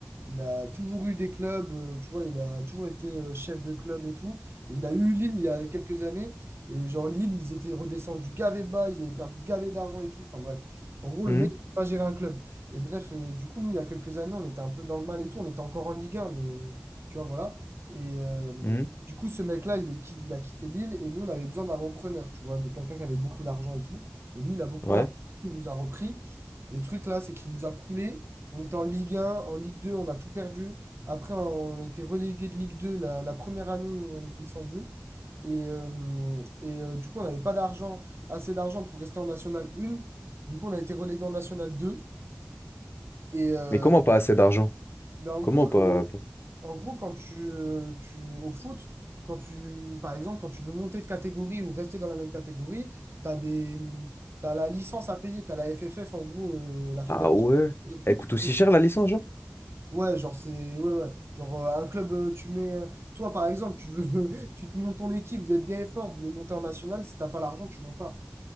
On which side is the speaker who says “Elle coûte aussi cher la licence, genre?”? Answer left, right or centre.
Left